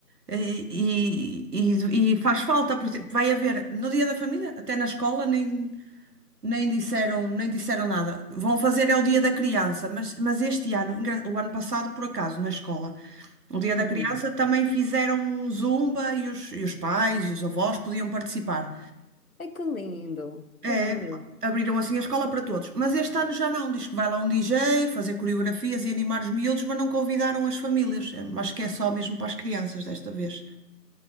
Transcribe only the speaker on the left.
Uhum.
Ai, que lindo, que
lindo.